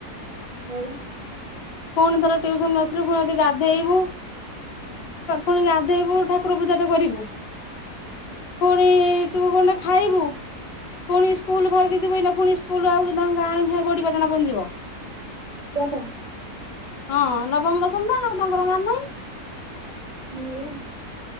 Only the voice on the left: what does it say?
ଫୁଣି ଥରେ ଟ୍ୟୁସନ୍
ରୁ ଆସିଲୁ
ଫୁଣି ଯଦି
ଗାଧେଇବୁ।
ଫୁଣି ଗାଧେଇବୁ ଠାକୁର ପୂଜା ତ କରିବୁ, ଫୁଣି ତୁ କଣଟା ଖାଇବୁ ପୁଣି ସ୍କୁଲ୍ ବାହାରିକି ଯିବୁ ଏଇନା ଫୁଣି ସ୍କୁଲ୍ ଆଉ ତାଙ୍କ ଗାଁରେ ନାହିଁ <unintelligible> ପୁଣି ଯିବ।
ହଁ ନବମ ଦଶମ ବା ଆଉ ତାଙ୍କର ଗାଁରେ ନାହିଁ।